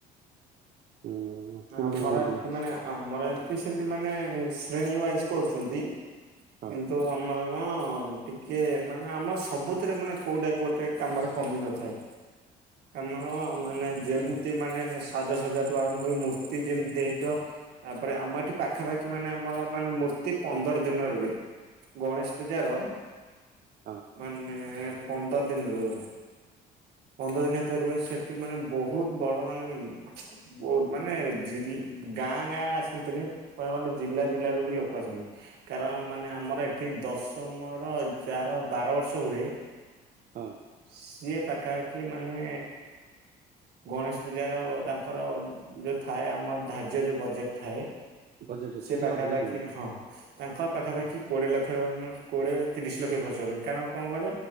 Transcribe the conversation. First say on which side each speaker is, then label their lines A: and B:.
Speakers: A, on the right; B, on the right.
A: ହୁଁ କେମିତି
B: ଆମର
A: କଣ
B: ଏମତି
A: ଟିକେ
B: ମାନେ ଆମର ଏମତି ସେମତି ମାନେ ଶ୍ରେଣୀ ୱାଇଜ୍ କରୁଚନ୍ତି
A: ହଁ
B: କିନ୍ତୁ ଆମର କଣ ଟିକେ ମାନେ ଆମ ସବୁଥିରେ ମାନେ କୋଉଟା ବି ଗୋଟେ କାମରେ କମି ନଥାଏ। କାମ ମାନେ ଯେମିତି ମାନେ ସାଜସଜାଠୁ ଆରମ୍ଭ କରି ମୂର୍ତ୍ତି ତି ଜିମ୍ ଦେଇତ ତାପରେ ଆମ ଏଠି ପାଖାପାଖି ମାନେ ଆମର ମାନେ ମୂର୍ତ୍ତି ପନ୍ଦର ଦିନ ରୁ ହୁଏ। ଗଣେଶ ପୂଜା ର
A: ହଁ
B: ମାନେ ପନ୍ଦର ଦିନ ରୁ ହୁଏ। ପନ୍ଦର ଦିନ ହେତ ରୁହେ ସେଠି ମାନେ ବହୁତ୍ ବଡ ମାନେ <unintelligible> ବହୁତ୍ ମାନେ ଜିଲ୍-ଗାଁ ଗାଁ ଆସନ୍ତିନି ପାପଟେ ଜିଲ୍ଲା ଜିଲ୍ଲାରୁ ବି ଲୋକ ଆସନ୍ତି କାରଣ ମାନେ ଆମର ଏଠି ଦଶମର ଯାହାର ବାର ବର୍ଷ ହୁଏ
A: ହଁ।
B: ସିଏ ପାଖାପାଖି ମାନେ ଗଣେଶ୍ ପୂଜାର ତାଙ୍କର ଯୋଉ ଥାଏ ଆମର ଧାର୍ଯ୍ୟ ଯୋଉ ବଜେଟ୍ ଥାଏ
A: ବଜେଟ
B: ସେ
A: ଟିକେ
B: ପାଖାପାଖି
A: ଅଧିକା ଦିଅନ୍ତି।
B: ହଁ ତାଙ୍କ ପାଖାପାଖି
A: ହଁ
B: କୋଡିଏ ଲକ୍ଷ କୋଡିଏ ତିରିଶ ଲକ୍ଷ ଖର୍ଚ୍ଚ ହୁଏ କାରଣ କଇଲ?